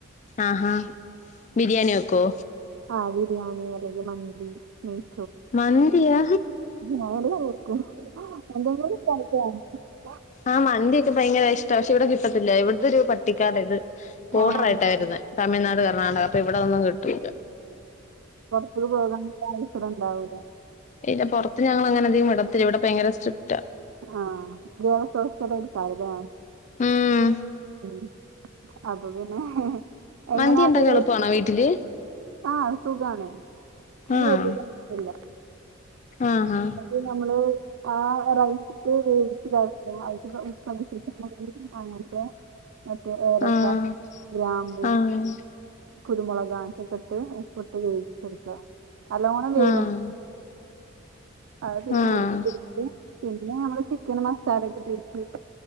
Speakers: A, on the left; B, on the right.
A: ആഹാ ബിരിയാണി വെക്കോ
B: ആഹ് ബിരിയാണി അല്ലെങ്കി മന്തി നെയ്--‌
A: മന്തിയാ
B: <unintelligible>
A: ആഹ് മന്തിയൊക്കെ ഭയങ്കര ഇഷ്ടാ പക്ഷെ ഇവിടെ കിട്ടത്തില്ല ഇവിട്തൊരു പട്ടിക്കാട്ത് ബോഡറായിട്ടാ
B: ആഹ്
A: വരുന്നെ തമിഴ്നാട് കർണാടക അപ്പ ഇവിടെന്നും കിട്ടുല്ല
B: സ്കൂളിൽ പൊവാൻ <unintelligible> ഉണ്ടാഹൂല
A: ഇല്ല പൊറത്ത് ഞങ്ങള ങ്ങനെ അധികം വിടത്തില്ല ഇവെടെ ഭയങ്കര സ്ട്രിക്റ്റാ
B: ആഹ് <unintelligible> കാരലേ
A: ഉം
B: ഉം അപ്പ പിന്നെ എങ്ങനെ
A: മന്തി
B: അത്
A: ണ്ടാക്കാൻ എളുപ്പാണോ വീട്ടില്
B: ആഹ് സുഖാണ് അയ്ന്
A: ആഹ്
B: <unintelligible>
A: ആഹ് ഹാ
B: ത് നമ്മള് ആഹ് റൈ <unintelligible> <unintelligible> മറ്റേ ഏലക്ക
A: ആഹ്
B: ഗ്രാമ്പു
A: ആഹ്
B: കുരുമുളക് അങേൻതൊക്കെ ട്ട് ഉപ്പിട്ട് വേവിച്ചെട്ക്ക നല്ലോണം വേ
A: ആഹ്
B: അത് പിന്നെ
A: ആഹ്
B: ഊറ്റിട്ക്കും പിന്നെ നമ്മള് ചിക്കന് മസാലെ ക്കെ തേയ്ച്ച്